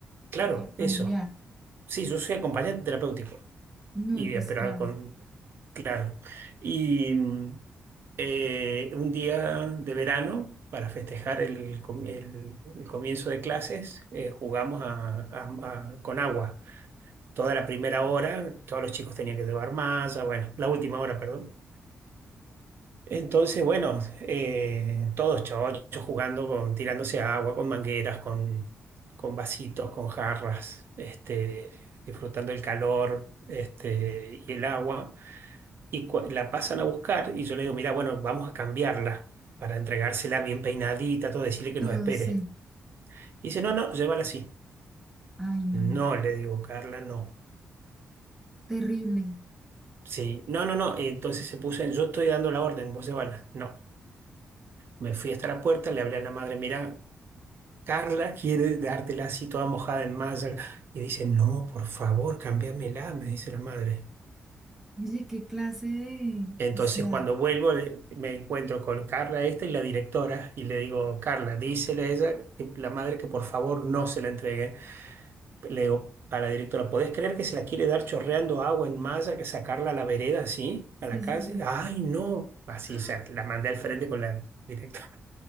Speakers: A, on the right; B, in the centre.
A: claro,
B: de familiar.
A: eso. Sí, yo soy acompañante terapéutico.
B: No,
A: Y,
B: y pues
A: pero
B: claro,
A: con, claro. Y mm, eh, un día de verano, para festejar el, com- el- el comienzo de clases, eh, jugamos a- a- a- con agua. Toda la primera hora, todos los chicos tenían que llevar malla, bueno, la última hora, perdón. Entonces, bueno, eh, todos chochos jugando, con, tirándose agua, con mangueras, con, con vasitos, con jarras, este, disfrutando el calor, este, y el agua. Y cua- la pasan a buscar y yo le digo, mira, bueno, vamos a cambiarla para entregársela bien peinadita, todo, decirle que
B: todo
A: nos espere.
B: sí.
A: Y dice, no, no, llévala así.
B: Ay, no, no.
A: No, le digo, Carla, no.
B: Terrible.
A: Sí, no, no, no. Entonces se puso en, yo estoy dando la orden, vos llévala. No. Me fui hasta la puerta, le hablé a la madre, mira, Carla quiere dártela así toda mojada en malla. Y dice, no, por favor, cámbiamela, me dice la madre.
B: Oye, qué clase de...
A: Entonces,
B: O sea,
A: cuando vuelvo, le- me encuentro con Carla esta y la directora, y le digo, Carla, dísele a ella, que- la madre, que por favor no se la entregue. Le digo a la directora, ¿podés creer que se la quiere dar chorreando agua en malla, que sacarla a la vereda así,
B: sí,
A: a la calle?
B: sí, sí.
A: Ay, no. Así,
B: <gasps> ¡Ah!
A: o sea, la mandé al frente con la directora.